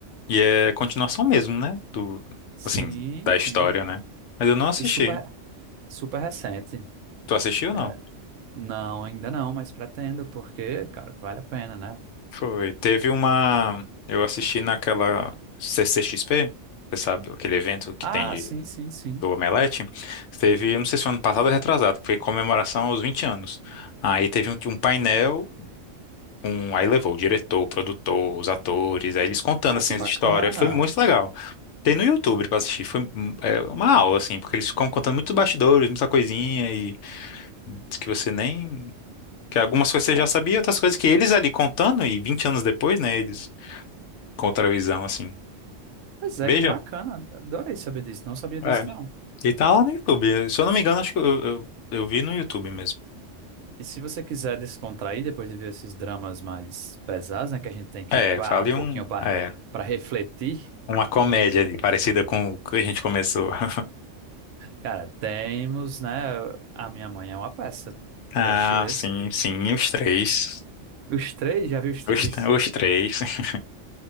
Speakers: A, on the left; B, on the right.
A: E é continuação mesmo, né? Do,
B: Sim,
A: assim, da
B: sim.
A: história, né? Mas eu não assisti.
B: E super, super recente.
A: Tu assistiu ou
B: É,
A: não?
B: não, ainda não, mas pretendo, porque, cara, vale a pena, né?
A: Foi. Teve uma. Eu assisti naquela C C X P você sabe, aquele evento que
B: Ah,
A: tem de,
B: sim, sim, sim.
A: do Omelete. Teve, eu não sei se foi ano passado ou retrasado, que foi comemoração aos 20 anos. Aí teve um, um painel. Um, aí levou o diretor, o produtor, os atores, aí eles contando
B: Ah,
A: assim
B: que bacana.
A: as histórias. Foi muito legal. Tem no YouTube pra assistir. Foi hum, é, uma aula assim, porque eles ficam contando muitos bastidores, muita coisinha e diz que você nem que algumas coisas você
B: Ah,
A: já sabia, outras coisas que eles ali contando e 20 anos depois, né, eles com outra visão assim.
B: pois é,
A: Veja,
B: que bacana. Adorei saber disso. Não sabia disso,
A: é.
B: não.
A: E tá lá no YouTube. Se eu não me engano, acho que eu, eu, eu vi no YouTube mesmo.
B: E se você quiser descontrair depois de ver esses dramas mais pesados, né, que a gente tem que
A: É,
B: parar
A: fale
B: um pouquinho
A: um,
B: para
A: é,
B: para refletir,
A: uma comédia ali, parecida com o que a gente começou. <laughs>
B: cara, temos, né? A Minha Mãe é uma peça.
A: Ah,
B: Já assistiu esse?
A: sim, sim, os três.
B: Os três? Já viu os três?
A: Os, t- os três. <laughs>